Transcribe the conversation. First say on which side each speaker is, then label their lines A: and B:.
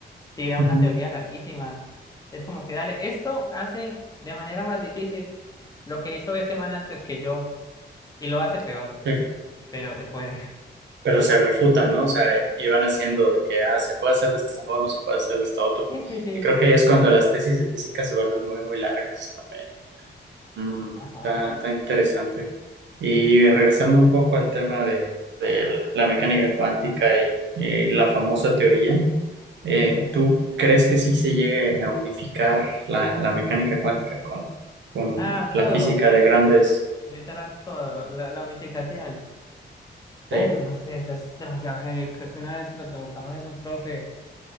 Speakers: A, on the left; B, on the right.
A: tira
B: Ujú,
A: una teoría larguísima. Es como que, dale, esto hace de manera más difícil lo que hizo ese man antes que yo. Y lo hace peor,
B: sí.
A: pero se puede. <laughs>
B: pero se refutan,
A: Sí,
B: ¿no?
A: sí,
B: O sea,
A: sí.
B: y van haciendo de que, ah, se puede hacer de esta forma, se puede hacer de esta otra.
A: Sí, sí, sí.
B: Y creo que ahí es cuando las tesis de física se vuelven muy, muy largas también. Mm,
A: Ajá.
B: está, está interesante. Y regresando un poco al tema de, de la mecánica cuántica y, eh, la famosa teoría, eh, ¿tú crees que sí se llegue a unificar la, la mecánica cuántica con, con
A: Ah,
B: la
A: todo.
B: física de grandes?
A: Literal todo. La, la unificación. Uf,
B: Sí,
A: no sé, eso es demasiado heavy. Creo que una vez le preguntamos eso a un profe,